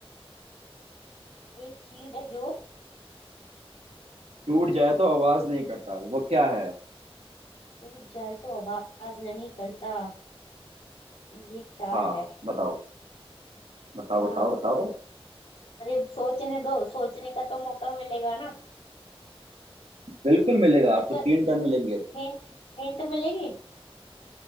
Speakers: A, on the left (about 70°); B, on the right (about 80°).
A: एक चीज है जो
B: टूट जाए तो आवाज नहीं करता वो क्या है
A: टूट जाए तो आवाज नहीं करता ये क्या
B: हाँ
A: है
B: बताओ बताओ
A: अच्छा
B: बताओ बताओ
A: अरे सोचने दो सोचने का तो मौका मिलेगा ना
B: बिल्कुल मिलेगा
A: अच्छा
B: आपको तीन टन मिलेंगे
A: हिंट हिंट मिलेगी